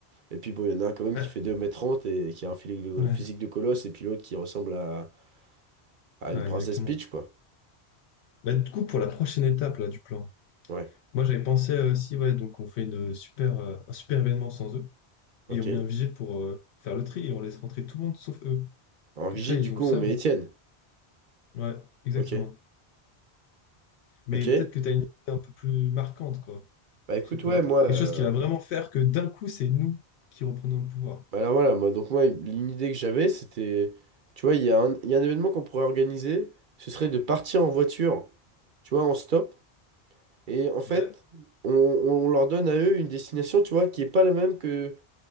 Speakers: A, on the right (about 55°); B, on the left (about 80°).
A: et puis bon, il y en a un quand même
B: Ouais,
A: qui fait deux mètres trente et qui a un physique de,
B: ouais,
A: physique de colosse, et puis l'autre qui ressemble à, à
B: ouais,
A: une princesse
B: exactement.
A: Peach, quoi.
B: Bah, du coup, pour la prochaine étape là, du plan,
A: Ouais,
B: moi j'avais pensé euh, aussi, ouais, donc on fait une super, euh, un super événement sans eux et
A: ok.
B: on met un vigile pour euh, faire le tri et on laisse rentrer tout le monde sauf eux.
A: En
B: Comme
A: vigile,
B: ça, ils
A: du coup,
B: ont le seum.
A: on met Étienne.
B: Ouais, exactement.
A: Ok,
B: Mais
A: ok.
B: peut-être que tu as une idée un peu plus marquante, quoi.
A: Bah écoute,
B: Je sais pas.
A: ouais, moi...
B: Quelque
A: euh,
B: chose qui va vraiment faire que d'un coup, c'est nous qui reprenons le pouvoir.
A: Bah là voilà, moi, donc moi, l'idée que j'avais, c'était, tu vois, il y a un, il y a un événement qu'on pourrait organiser, ce serait de partir en voiture, tu vois, en stop, et en fait,
B: Ouais.
A: on, on leur donne à eux une destination, tu vois, qui est pas la même que